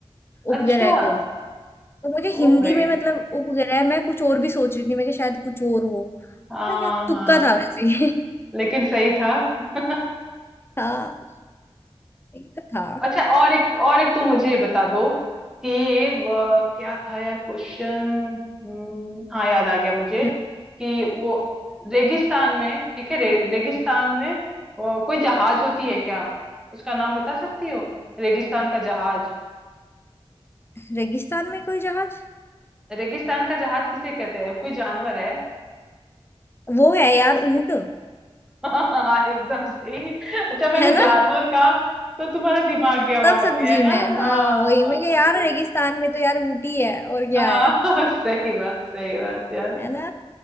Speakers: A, on the left; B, in the centre.
A: उपग्रह
B: अच्छा
A: को तो मुझे
B: ओ
A: हिंदी
B: भाई
A: में मतलब उप गया है मैं कुछ और भी सोच रही थी मैं कि शायद कुछ और हो
B: हाँ
A: तो मैं क्या तुक्का
B: हाँ
A: था वैसे ही
B: लेकिन सही था <laughs>
A: <laughs> हाँ यही तो था
B: अच्छा और एक और एक तुम मुझे ये बता दो कि अ, क्या था यार क्वेश्चन हाँ याद आ गया मुझे
A: हम्म,
B: कि वो रेगिस्तान में ठीक है रे, रेगिस्तान में अ, कोई जहाज होती है क्या उसका नाम बता सकती हो रेगिस्तान का जहाज
A: रेगिस्तान में कोई जहाज
B: रेगिस्तान का जहाज किसे कहते हैं कोई जानवर है
A: वो है यार ऊंट
B: <laughs> हाँ एकदम सही अच्छा मैंने
A: है ना
B: जानवर का तो तुम्हारा दिमाग गया वहां
A: तब समझी
B: पे है ना
A: मैं
B: हाँ
A: हाँ वही
B: हाँ,
A: मैं कि यार
B: सही
A: रेगिस्तान में तो यार ऊंट ही है और क्या
B: हाँ
A: है
B: <laughs> सही बात सही बात यार
A: है ना